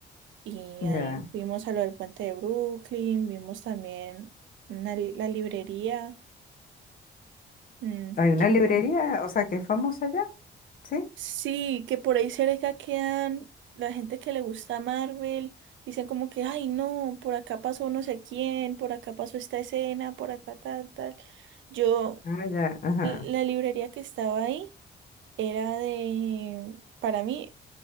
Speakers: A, on the right (about 80°); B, on the left (about 45°).
A: Y
B: Ya.
A: ahí fuimos a lo del puente de Brooklyn, vimos también una li- la librería. Mm,
B: Hay una
A: ¿qué
B: librería,
A: más?
B: o sea, que es famosa allá. ¿Sí?
A: Sí, que por ahí cerca quedan la gente que le gusta Marvel, dicen como que, ay no, por acá pasó no sé quién, por acá pasó esta escena, por acá tal, tal. Yo,
B: Ah, ya, ajá.
A: l- la librería que estaba ahí era de, para mí,